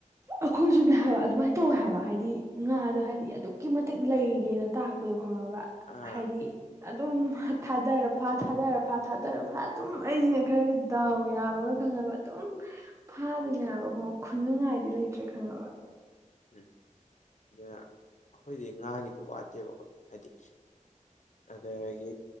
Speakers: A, on the right; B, on the left.
A: ꯑꯈꯣꯏꯁꯨꯅꯦ ꯍꯥꯏꯕ ꯑꯗꯨꯃꯥꯏꯅ ꯇꯧꯋꯦ ꯍꯥꯏꯕ ꯍꯥꯏꯗꯤ ꯉꯥꯗꯣ ꯍꯥꯏꯗꯤ ꯑꯗꯨꯛꯀꯤ ꯃꯇꯤꯛ ꯂꯩꯔꯦꯅ ꯇꯥꯛꯄꯗꯣ ꯈꯪꯉꯕ
B: ꯑꯥ
A: ꯍꯥꯏꯗꯤ ꯑꯗꯨꯝ ꯊꯥꯗꯔ ꯐꯥ ꯊꯥꯗꯔ ꯐꯥ ꯊꯥꯗꯔ ꯐꯥ ꯑꯗꯨꯝ ꯑꯩꯁꯤꯅ ꯈꯔꯒ ꯗꯥꯎ ꯌꯥꯕꯒ ꯈꯪꯉꯕ ꯑꯗꯨꯝ ꯐꯥꯗꯣꯏꯅꯦ ꯍꯥꯏꯕ <unintelligible> ꯈꯨꯅꯤꯡꯉꯥꯏꯗꯤ ꯂꯩꯇ꯭ꯔꯦ ꯈꯪꯉꯕ
B: ꯎꯝ ꯑꯗꯨꯅ ꯑꯈꯣꯏꯒꯤꯗꯤ ꯉꯥꯒꯤꯗꯤ ꯋꯥꯠꯇꯦꯕꯀꯣ ꯍꯥꯏꯗꯤ ꯑꯗꯒꯤ